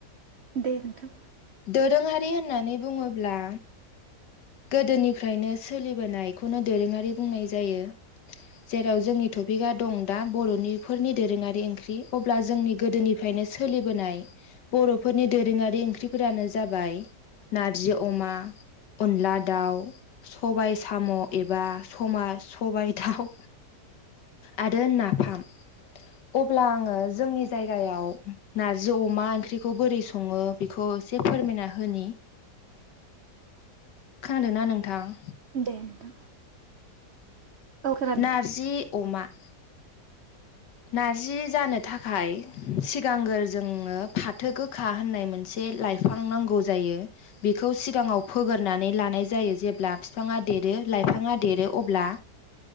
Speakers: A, on the right; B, on the left.
A: दे नोंथां।
B: दोरोङारि होननानै बुङोब्ला गोदोनिफ्रायनो सोलिबोनायखौनो दोरोङारि बुंनाय जायो। जेराव जोंनि टपिकआ दं दा बर'निफोरनि दोरोङारि ओंख्रि। अब्ला जोंनि गोदोनिफ्रायनो सोलिबोनाय बर'फोरनि दोरोङारि ओंख्रिफोरानो जाबाय नार्जि अमा, अनला दाउ, सबाय साम' एबा समा सबाय दाउ आरो नाफाम। अब्ला आङो जोंनि जायगायाव नार्जि अमा ओंख्रिखौ बोरै सङो बेखौ एसे फोरमायना होनि। खोनादोंना नोंथां?
A: दे नोंथां। औ खोनादों
B: नार्जि अमा <unintelligible> नार्जि जानो थाखाय सिगांगोर जोंनो फाथो गोखा होननाय मोनसे लाइफां नांगौ जायो। बेखौ सिगाङाव फोगोरनानै लानाय जायो जेब्ला बिफाङा देरो लाइफाङा देरो अब्ला